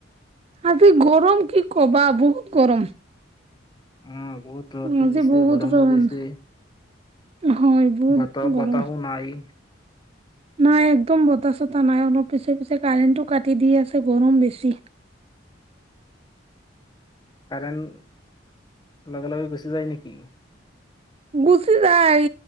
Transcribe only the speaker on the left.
উম বহুত ৰ'দ
দিছে
গৰম
দিছে।
বতা-বতাহো
নাই।
কাৰেণ্ট লগে লগে গুছি যায় নেকি?